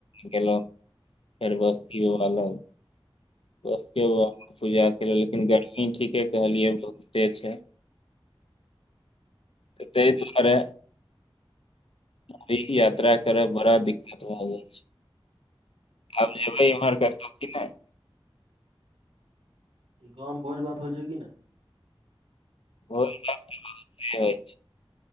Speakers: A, on the left; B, on the right.
A: गेलेल फर बस्त भवाल <unintelligible> पूजा क लेकिन गर्मी ठीके कहलियै बहुते छै ताहि दुआरे अभी यात्रा करब बड़ा दिक्कत भऽ जाइ छै आब जेबै इम्हर करतौ कि नहि
B: गाँव मे भोज भात होइ छै कि नहि
A: ब <unintelligible>